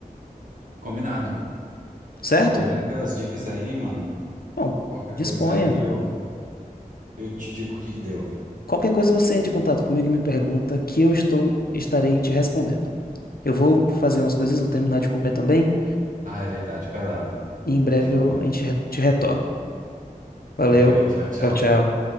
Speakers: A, on the right (about 60°); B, on the left (about 80°).
A: combinado.
B: certo?
A: Obrigado pelas dicas aí, mano.
B: Bom,
A: Qualquer
B: disponha.
A: coisa aí eu, eu te digo o que que deu.
B: Qualquer coisa você entra em contato comigo e me pergunta que eu estou estarei te respondendo. Eu vou fazer umas coisas, vou terminar de comer também
A: Ah, é verdade. Vai lá, mano.
B: e em breve
A: De boa.
B: eu, a gente re- te retorna. Valeu.
A: Valeu, hein? Tchau, tchau.
B: Tchau, tchau.